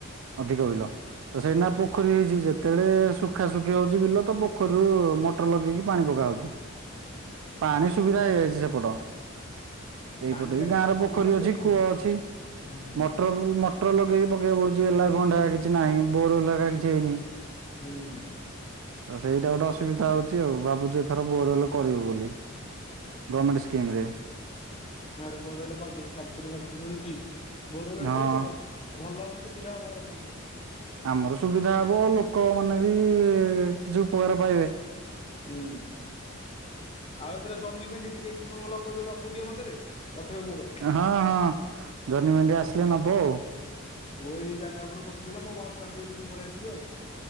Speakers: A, on the right; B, on the left.
A: ଅଧିକ ବିଲ। ତ ସେଇନା ପୋଖରୀ ହେଇଚି ଯେ ଯେତେତେଳେ ଶୁଖା ଶୁଖି ହଉଚି ବିଲ ତ ପୋଖରୀରୁ ମଟର ଲଗେଇକି ପାଣି ପକାହଉଚି। ପାଣି ସୁବିଧା ହେଇଯାଇଚି ସେପଟ। ଏଇପଟେ
B: ପାଣି ପାଣି
A: ବି ଗାଁର ପୋଖରୀ
B: ଦରକାର
A: ଅଛି କୂଅ ଅଛି
B: ହୁଁ
A: ମଟର ବୁ ମଟ୍ ମଟର ଲଗେଇକି ପକେଇବାକୁ ପଡୁଛି ଏଲାବଣ୍ଡ କିଛି ନାହିଁ ବୋରଲ୍ ଏରା କିଛି ହେଇନି।
B: ହୁଁ ଉଁ।
A: ଆଉ ସେଇଟା ଗୋଟେ ଅସୁବିଧା ହଉଚି ଆଉ ଭାବୁଚୁ ଏଥର ବୋର୍ ଏଲେ କରିବୁ ବୋଲି।
B: <unintelligible>
A: ଗ୍ରମେଣ୍ଟ ସ୍କିମ୍ ରେ।
B: କୁଆଡୁ କୁଆଡୁ ହେଲେ କରିଦେ ସବ୍ସିଡି ଫବ୍ସିଡି ମିଳୁଚି ବୋରୱୈଲ ଗୋଟେ
A: ହଁ
B: କରିଦବ। ଭଲ ହବ ସୁବିଧା ହବ ହେଲେ ତମକୁ।
A: ଆମର ସୁବିଧା ହେବ ଲୋକମାନେ ବି କିଛି ଉପକାର ପାଇବେ।
B: ହୁଁ। ଆଉ ଏଥର ଜନ୍ହି ଭେଣ୍ଡି ଟିକେ କି କଣ ଲଗଉଚ ତାକୁୁ ଟିକେ ଦବୁ ମତେରେ ପଠେଇବୁ ମୋ ପାଆକୁ।
A: ହଁ ହଁ ଜହ୍ନି ଭେଣ୍ଡି ଆସିଲେ ନବ ଆଉ।
B: ତୁ ଏଇ ଜାଗା ଉପରୁ ପଠେଇଦେଲେ ମୁଁ ବସ୍ ଷ୍ଟାଣ୍ଡ ଦେଇଥିରି ପଳେଇ ଆସିବି ଆଉ।